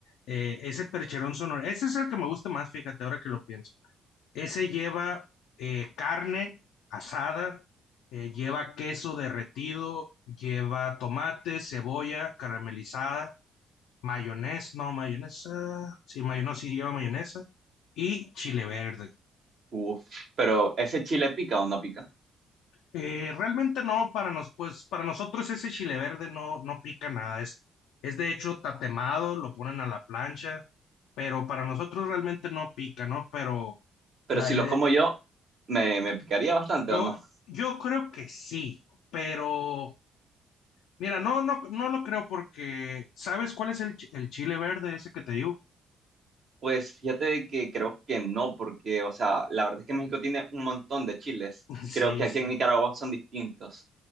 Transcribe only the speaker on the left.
Eh, ese percherón sonorense, ese es el que me gusta más, fíjate, ahora que lo pienso. Ese lleva eh, carne asada, eh, lleva queso derretido, lleva tomate, cebolla caramelizada, mayonesa, no, mayonesa, sí, mayonesa, sí lleva mayonesa, y chile verde.
Eh, realmente no, para nos, pues, para nosotros ese chile verde no, no pica nada, es, es de hecho tatemado, lo ponen a la plancha, pero para nosotros realmente no pica, ¿no? Pero
la
idea,
yo,
yo creo que sí, pero mira, no, no, no lo creo porque, ¿sabes cuál es el, chi- el chile verde ese que te digo?
<laughs>
Sí, sí.